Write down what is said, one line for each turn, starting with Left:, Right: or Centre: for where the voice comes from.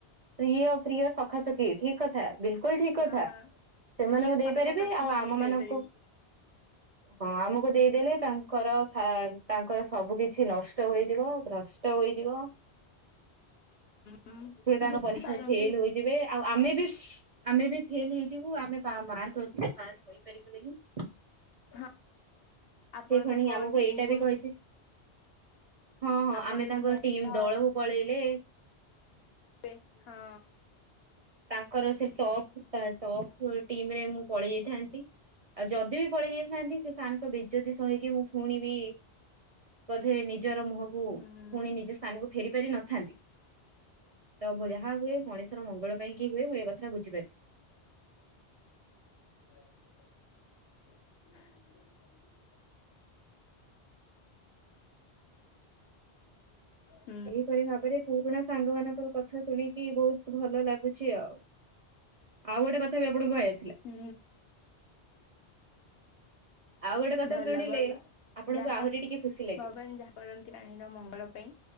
Right: ପ୍ରିୟ ପ୍ରିୟ ସଖାସଖି ଠିକ୍ କଥା ବିଲକୁଲ ଠିକ୍ କଥା
Left: ହଁ
Right: ସେମାନଙ୍କୁ
Left: ପ୍ରିୟ
Right: ଦେଇ
Left: ସଖା
Right: ପାରିବି
Left: ସଖୀ
Right: ଆଉ
Left: ମାନଙ୍କୁ
Right: ଆମମାନଙ୍କୁ
Left: ଦେଇପାରିବି
Right: ହଁ ଆମୁକୁ ଦେଇଦେଲେ ତା ଙ୍କର ଶା ତାଙ୍କର ସବୁ କିଛି ନଷ୍ଟ ହୋଇଯିବ ଭ୍ରଷ୍ଟ ହୋଇଯିବ।
Left: ହୁଁ
Right: ସିଏ ତାଙ୍କ
Left: ବୁଝିପାରନ୍ତି
Right: ପରିକ୍ଷାରେ ଫେଲ୍ ହୋଇ ଯିବେ ଆଉ ଆମେ ବି ଆମେ ବି ଫେଲ୍ ହେଇଯିବୁ ଆମେ ପା ମାର୍କ ରଖିନେ ପାସ୍ କରିପାରିବୁ ନେହିଁ।
Left: ହଁ ଆପଣ
Right: ସେ ପୁଣି
Left: ତାଙ୍କ
Right: ଆମୁକୁ
Left: ଟିମକୁ
Right: ଏଇଟା ବି କହିଥି ହଁ ହଁ
Left: ଆପଣ
Right: ଆମେ
Left: ଯଦି
Right: ତାଙ୍କର
Left: ମୋ
Right: ଟିମ୍
Left: ସହ
Right: ଦଳକୁ ପଳେଇଲେ
Left: ବେ ହଁ।
Right: ତାଙ୍କର ସେ ଟପ୍ ତା ଟପ୍ ୱ ଟିମ୍ ରେ ମୁଁ ପଳେଇ ଯାଇଥାନ୍ତି ଆଉ ଯଦି ବି ପଳେଇ ଯାଇଥାନ୍ତି ସେ ସାର୍ ଙ୍କ ବେ ଜତି ସହିକି ମୁଁ ଫୁଣି ବି ବଧେ ନିଜର ମୁହଁକୁ
Left: ହୁଁ
Right: ଫୁଣି ନିଜ ସ୍ଥାନକୁ ଫେରି ପାରି ନଥାନ୍ତି ତ ମୁଁ ଯାହାକୁ ହୁଏ ମଣିଷର ମଙ୍ଗଳ ପାଇଁ କି ହୁଏ ମୁଁ ଏ କଥାଟା ବୁଝିପାରି
Left: <inaudible> ମୋ ପତି ତୁମେ ଏ <inaudible> ତମେ ବି ଯିବ।
Right: <inaudible>
Left: ହୁଁ।
Right: ଏହିପରି ଭାବରେ ପୁରୁଣା ସାଙ୍ଗମାନଙ୍କର କଥା ଶୁଣିକି ବହୁତ ଭଲ ଲାଗୁଛି ଆଉ। ଆଉ ଗୋଟେ କଥା ବି ଆପଣଙ୍କୁ କହିବାଥିଲା।
Left: ହୁଁ।
Right: ଆଉ ଗୋଟେ କଥା
Left: ଭଲ
Right: ଶୁଣିଲେ
Left: ଭଲ
Right: ଆପଣଙ୍କୁ
Left: ଯାହା
Right: ଆହୁରି
Left: ଭଗବାନ
Right: ଟିକେ ଖୁସି ଲାଗିବ
Left: ଯାହା କରନ୍ତି ପ୍ରାଣୀର ମଙ୍ଗଳ ପାଇଁ